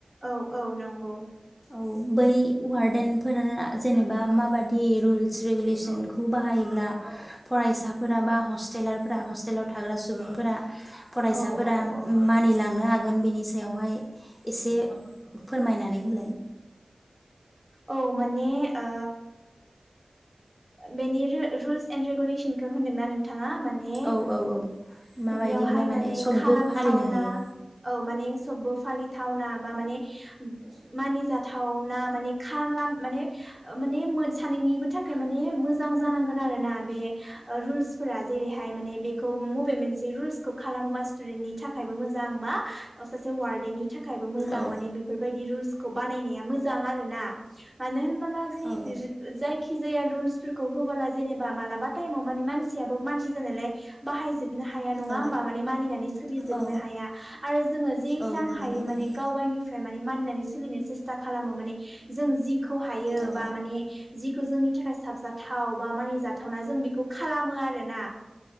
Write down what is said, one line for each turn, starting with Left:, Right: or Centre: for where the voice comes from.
Right: औ औ नंगौ
Left: औ बै वार्डेनफोरानो जेनेबा माबादि रुल्स रेगुलेसनखौ बाहायोब्ला फरायसाफोरा बा हस्टेलारफोरा हस्टेलाव थाग्रा सुबुंफोरा फरायसाफोरा
Right: औ औ औ
Left: मानिलांनो हागो गोन बिनि सायावहाय एसे फोरमायनानै होलाय।
Right: औ माने ओ बेनि रुल्स एन्ड रेगुलेसनखौ होनदोंना नोंथां थाङा माने
Left: औ औ औ माबायदिब्ला
Right: बेयावहाय माने
Left: सबबो
Right: खालामथावना
Left: फालिनो हायो
Right: औ माने सबबो फालिथावना बा माने मानिजाथाव माने माने सानैनिबो थाखाय मोजां जानांगोन आरो ना बे रुलसफोरा थाय माने बेखौ बबे मोनसे रुलसखौ खालामोबा स्टुडेननि थाखायबो मोजां बा सासे वार्डेननि थाखाय थाखायबो मोजां
Left: औ
Right: माने बेफोरबायदि रुल्स खौ बानायनाया मोजां मोजां आरो ना मानो होनबा <inaudible> जायखि
Left: औ
Right: जाखि जाया रुल्सफोरखौ होबोला जेनेबा मालाबा टाइमाव माने मानसियाबो मानसि जानायलाय बाहायजोब हाया नङा
Left: औ
Right: होमबा माने मानिनानै सोलिजोबनो
Left: औ
Right: हाया आरो जोङो जेसां
Left: औ नंगौ
Right: हायो
Left: नोंथां
Right: गावगावनिफ्राय माने मानिनानै सोलिनो सेसता खालामो माने जों जि खौ हायो
Left: औ
Right: बा माने जि बे जोंनि थाखाय साबजाथाव बा मानि जाथावना जों बेखौ खालामो आरोना